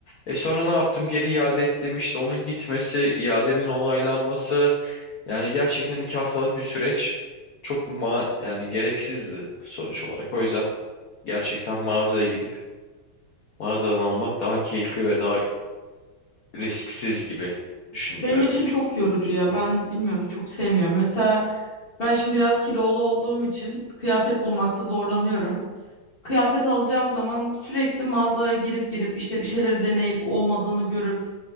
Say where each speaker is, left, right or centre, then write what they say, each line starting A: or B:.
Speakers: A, on the left; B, on the left.
A: E sonra ne yaptım? Geri iade ettim. İşte onun gitmesi, iademin onaylanması. Yani gerçekten iki haftalık bir süreç. Çok ma yani gereksizdi sonuç olarak. O yüzden gerçekten mağazaya gidip mağazadan almak daha keyifli ve daha risksiz gibi düşündürüyor
B: Benim için
A: beni.
B: çok yorucu ya. Ben bilmiyorum çok sevmiyorum. Mesela ben şimdi biraz kilolu olduğum için kıyafet bulmakta zorlanıyorum. Kıyafet alacağım zaman sürekli mağazalara girip girip işte bir şeyleri deneyip olmadığını görüp